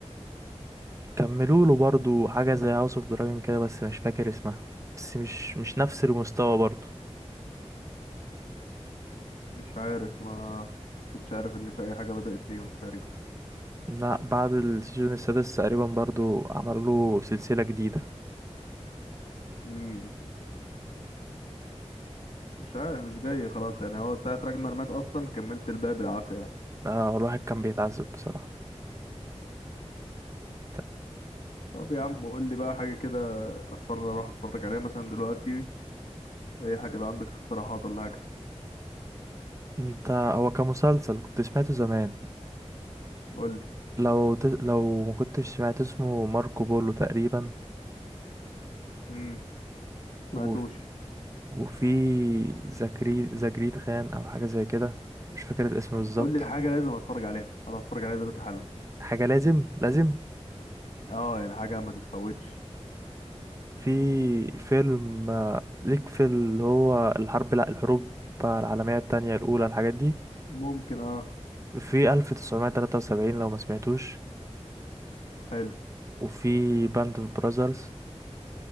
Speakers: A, on the right; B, on the left.
A: كملوا له برضو حاجه زي هاوس اوف دراجون كده بس مش فاكر اسمها بس مش مش نفس المستوى برضو
B: مش عارف ما كنتش عارف ان في اي حاجه بدات ليهم تقريبا
A: لا بعد السيزون السادس تقريبا برضو عملوا له سلسلة جديدة
B: امم مش عارف مش جاي خلاص يعني هو ساعه راجنر مات اصلا كملت الباقي بالعافيه يعني
A: آه الواحد كان بيتعذب بصراحة ت-
B: طب يا عم قول لي بقى حاجه كده اتفرج اروح اتفرج عليها مثلا دلوقتي اي حاجه لو عندك اقتراحات ولا حاجه
A: انت هو كمسلسل كنت سمعته زمان
B: قول لي
A: لو ت... لو ما كنتش سمعت اسمه ماركو بولو تقريبا
B: امم سمعتوش
A: و... وفي زكري زجريد خان او حاجة زي كده مش فاكر الاسم بالظبط
B: قول لي حاجه لازم اتفرج عليها اروح اتفرج عليها دلوقتي حالا
A: حاجة لازم لازم
B: اه يعني حاجه ما تتفوتش
A: في فيلم آه، ليك في اللي هو الحرب لا الحروب العالمية التانية الأولى الحاجات دي
B: ممكن اه
A: في 1973 لو ما سمعتوش
B: حلو
A: وفي باند اوف براذرز